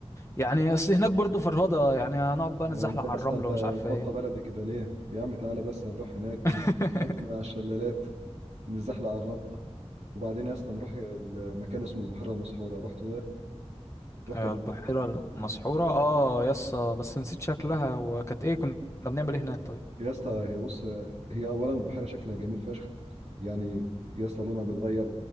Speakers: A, on the left; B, on the right.
A: يعني اصل هناك برضو فرهضة يعني هنقعد بقى نتزحلق
B: آه، انت اصلا
A: على الرملة
B: انت
A: ومش عارفة
B: بطة
A: ايه
B: بلدي كده ليه يا عم تعالى بس هنروح هناك
A: <laughs>
B: ننط من على الشلالات نزحلق على الرمل وبعدين يا اسطى نروح المكان اسمه البحيره المسحوره رحت ده رحت
A: آه،
B: قبل-
A: البحيرة المسحورة اه يسا بس نسيت شكلها وكانت ايه كنا بنعمل ايه هناك طيب
B: يا اسطى هي بص هي اولا البحيره شكلها جميل فشخ يعني يا اسطى لونها بيتغير